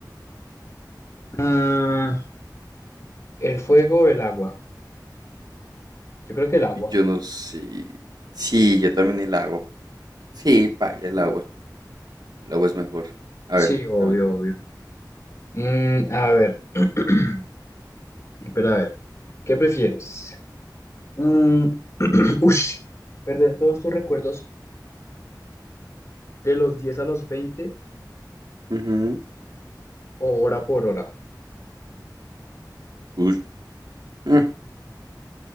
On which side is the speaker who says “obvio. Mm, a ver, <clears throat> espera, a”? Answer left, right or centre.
Left